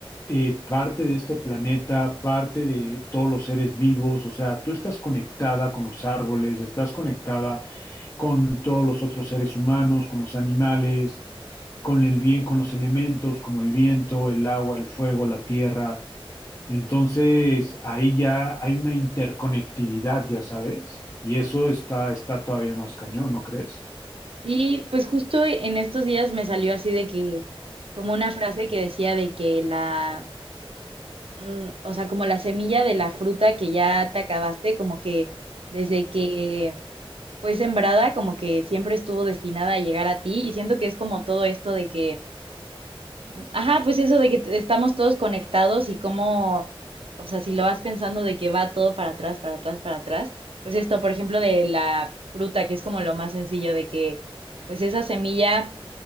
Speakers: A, on the left; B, on the right.
A: eh, parte de este planeta, parte de todos los seres vivos, o sea, tú estás conectada con los árboles, estás conectada con todos los otros seres humanos, con los animales, con el vie- con los elementos como el viento, el agua, el fuego, la tierra. Entonces, ahí ya hay una interconectividad, ya sabes, y eso está, está todavía más cañón, ¿no crees?
B: Y pues justo en estos días me salió así de que, como una frase que decía de que la, mm, o sea, como la semilla de la fruta que ya te acabaste, como que desde que fue sembrada, como que siempre estuvo destinada a llegar a ti. Y siento que es como todo esto de que ¿no? Ajá, pues eso de que t- estamos todos conectados y cómo, o sea, si lo vas pensando de que va todo para atrás, para atrás, para atrás, pues esto, por ejemplo, de la fruta, que es como lo más sencillo de que, pues esa semilla